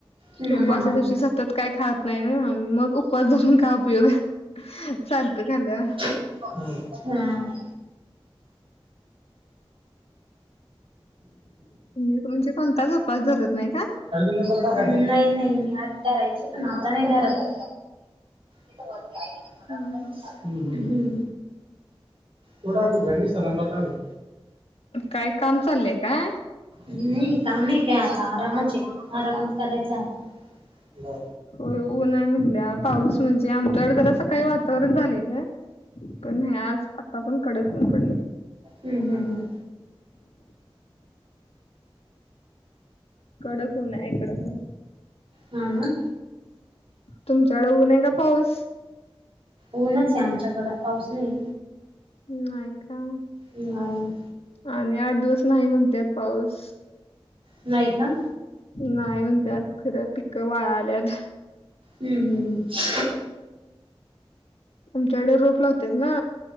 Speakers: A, on the right; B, on the left.
A: हम्म
B: उपवासा
A: हम्म हम्म.
B: दिवशी स त्यात काय खात नाही ना मग उपवास धरून काय उपयोग, सारखं खाल्ल्यावर?
A: हम्म हम्.
B: म्हणजे कोणताच उपास धरत नाही काय?
A: नाही नाही मी आधी धरायचे, पण आता नाही धरत. ते <unintelligible>
B: हम्म हम.
A: हम् हम हम. तो टाकू का, नुसता नंबर टाकु?
B: काय काम चालेय काय?
A: मि नाही काम काय आता, आरामच ये आरामच करायचा आता.
B: हो नाही म्हणल्या पाऊस म्हणजे आमच्याकड जरा सकाळी वातावरण झालेलं. पण हे आज आता पण कडक ऊन पडलय.
A: हम् हम् हम.
B: कडक ऊन आहे इकडं पण.
A: हा ना?
B: तुमच्याकड ऊन हाय का पाऊस?
A: ऊनच आहे, आमच्याकड पाऊस नाही.
B: नाही का?
A: नाही.
B: आणि आठ दिवस नाही म्हणत्यात, पाऊस.
A: नाही का?
B: नाही म्हणत्यात, खरं पिकं वाळाल्यात.
A: हम्म हम् हम.
B: आमच्याकडे रोप लावत्यात ना.